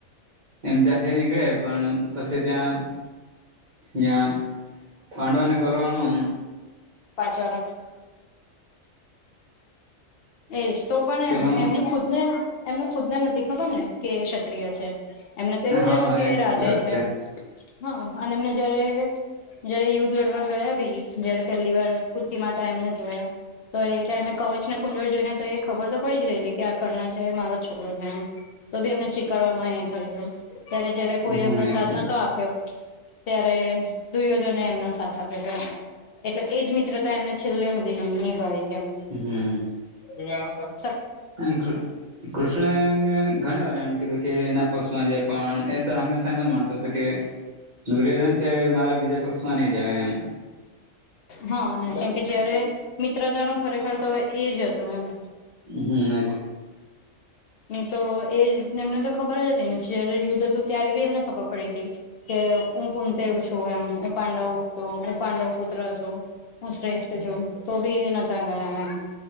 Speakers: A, on the right; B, on the left.
A: એમ ત્યાંથી નીકળયા પણ પછી ત્યાં જ્યાં પાંડવાને કૌરવોને
B: પાંચ વારે એજ તો પણ
A: પેલું
B: એમ એમને ખુદ ને એમને ખુદ ને નથી ખબર ને કે ક્ષત્રિય છે એમને તો એવું
A: હા
B: જ હતું કે
A: એજ
B: રાધે
A: વાત
B: છે હા અને એમને જયારે જયારે યુદ્ધ લડવા ગયા ભી જયારે પહેલી વાર કુંતી માતા એમને જોયા તો એટા અમે કવચ કુંડળ જોઈ ને તો એ ખબર તો પડી જ રહેલી કે આ કર્ણા છે મારો જ છોકરો છે એમ તો બી એમને સ્વીકારવામાં ખરીદું ત્યારે જયારે કોઈ
A: હમ
B: એમનો
A: એ
B: સાથ
A: છે
B: નતો આપ્યો ત્યારે દુ્યોધને એમનો સાથ આપ્યો તો એટલે એજ મિત્રતા એમને છેલ્લે હુદી ની નિભાવી એમ
A: હમ્મ
B: તુ આનું તો
A: એમ કૃષ્ણ એમ ઘણી વાર એમ કીધું કે એના પક્ષમાં જે પણ એ તો <unintelligible> માનતો હતો કે દુર્યોધન છે મારા બીજા પક્ષમાં નહી જવા એમ
B: હા કેમકે જયારે મિત્રતા નો ખરેખર તો એજ હતું એમ <inaudible>
A: હમ
B: તો એ એમને તો ખબર જ હતીને જયારે યુદ્ધ હતું ત્યારે બી એમને ખબર પડી હતી કે હું કુંતી છું એમ પાંડવ છું હું પાંડવ પુત્ર છું હુ શ્રેષ્ટ છુ તો ભી એ નાતા ગયા